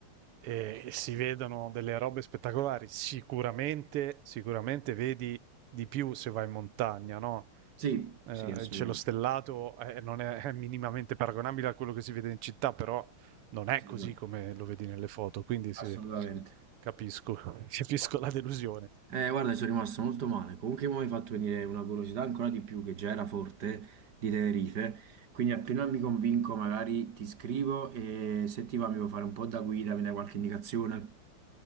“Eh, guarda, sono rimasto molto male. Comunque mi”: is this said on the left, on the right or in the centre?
Right